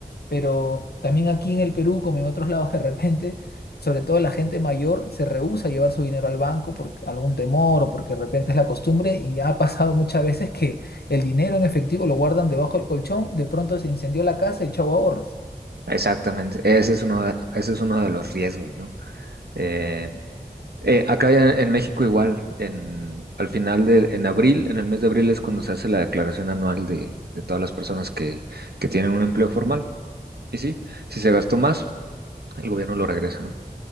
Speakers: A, on the left (about 85°); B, on the right (about 85°).
A: Pero también aquí en el Perú, como en otros lados, de repente, sobre todo la gente mayor se rehúsa a llevar su dinero al banco por algún temor o porque de repente es la costumbre y ha pasado muchas veces que el dinero en efectivo lo guardan debajo del colchón, de pronto se incendió la casa y chau ahorros.
B: Exactamente, ese es uno de, ese es uno de los riesgos, ¿no? Eh, Eh, acá ya en México igual, en, al final de, en abril, en el mes de abril es cuando se hace la declaración anual de, de todas las personas que, que tienen un empleo formal. Y sí, si se gastó más, el gobierno lo regresa, ¿no?